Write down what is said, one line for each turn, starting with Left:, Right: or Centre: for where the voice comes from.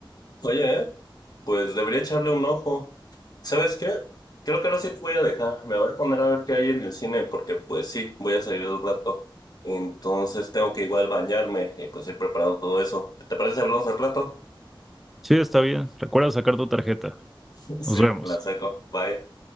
Left: Oye, ¿eh? Pues debería echarle un ojo. ¿Sabes qué? Creo que ahora sí te voy a dejar. Me voy a poner a ver qué hay en el cine porque pues sí, voy a salir un rato. Entonces tengo que igual bañarme y pues ir preparando todo eso. ¿Te parece si hablamos al rato?
Centre: Sí, está bien. Recuerda sacar tu tarjeta.
Left: <laughs> Sí,
Centre: Nos vemos.
Left: la saco. Bye.